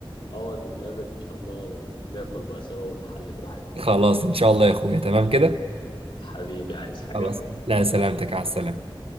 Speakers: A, on the left; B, on the right.
A: اه نتقابل ان شاء الله وناكل بقى سوا ونحل براحتنا
B: خلاص ان شاء الله يا اخويا تمام كده
A: حبيبي عايز حاجة
B: خلاص لا سلامتك على السلامه